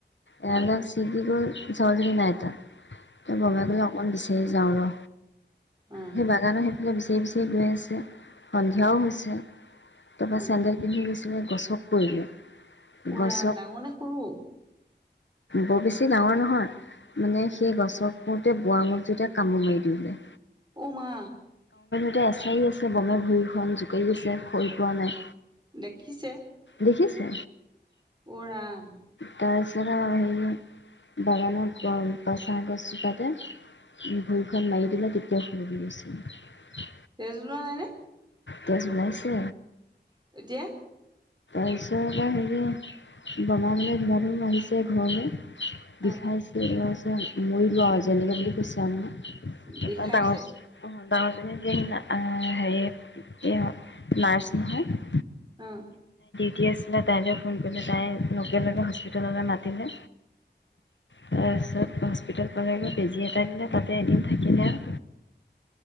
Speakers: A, on the left; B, on the right.
A: এৰাল
B: অ
A: ডাল চিগি গ'ল সৰোজিনী নাইতা তই বগাই
B: অ
A: পলাও অকণ বিছাৰি যাওঁ ৰ
B: অ
A: সেই বাগানৰ সেইফালে বিচা- বিচাৰি বিচাৰি গৈ আছে সন্ধিয়াও হৈছে তাৰ পৰা
B: অ
A: চেন্দেল পিন্ধি গৈছে গছক পৰিলে
B: উৰাম
A: গছত
B: ডাঙৰ নে সৰু
A: বৰ বেছি ডাঙৰ নহয় মানে সেই গছত পৰোতে বোৱাআঙল টোতে কামো মাৰি দিলে
B: উ মা
A: গোতে এছাৰি আছে বনে ভূৰিখন জোকাৰি আছে হৈৰি পোৱা নাই
B: দেখিছে
A: দেখিছে
B: উ ৰাম
A: তাৰপিছত আৰু হেৰি বাগানৰ বাচাঁ গছজোপাতে ভূইখনৰত মাৰি দিলে তেতিয়া পৰি গৈছিল
B: তেজু উলোৱা নাই নে
A: তেজ ওলাইছে
B: এতিয়া
A: তাৰপিছত এবাৰ হেৰি বমা বোলে ধুমা ধুম আহিছে ঘৰলে বিষাইছে
B: আহ
A: যে মৰি লো ৱাও যেনেকে বুলি কৈছে আও মানে
B: বিষাইছে
A: অ তাৰপা ডাঙৰ ডাঙৰ জনি জীয়েক না হেৰি এইয়া নাৰ্ছ নহয়
B: অ
A: পাতি আছিলে তাইলৈ ফোন কৰিলে তাই লগে লগে হস্পিটেললৈ মাতিলে তাৰপছত হস্পিতেল পালেগৈ বেজি এটা দিলে তাতে এদিন থাকিলে আৰু